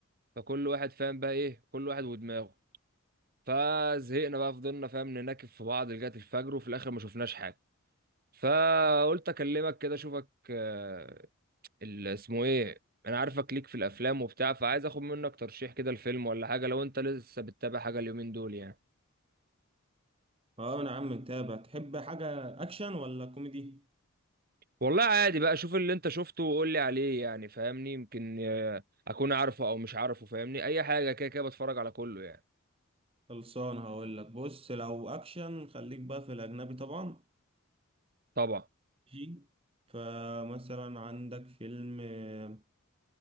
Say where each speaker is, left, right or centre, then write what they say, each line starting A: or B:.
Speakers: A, on the right (about 40°); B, on the right (about 25°).
A: فكل واحد فاهم بقى ايه كل واحد ودماغه فزهقنا بقى فضلنا فاهم نناكف في بعض لغايه الفجر وفي الاخر ما شفناش حاجه فقلت اكلمك كده اشوفك آه، ال- اسمه ايه انا عارفك ليك في الافلام وبتاع فعايز اخد منك ترشيح كده الفيلم ولا حاجه لو انت لسه بتتابع حاجه اليومين دول يعني
B: اه انا عم متابع تحب حاجة اكشن ولا كوميدي
A: والله عادي بقى شوف اللي انت شفته وقول لي عليه يعني فاهمني يمكن آه، اكون عارفه او مش عارفه فاهمني اي حاجه كده كده بتفرج على كله يعني
B: خلصان هقول لك بص لو اكشن خليك بقى في الاجنبي طبعا
A: طبعا
B: جي فمثلا عندك فيلم آه،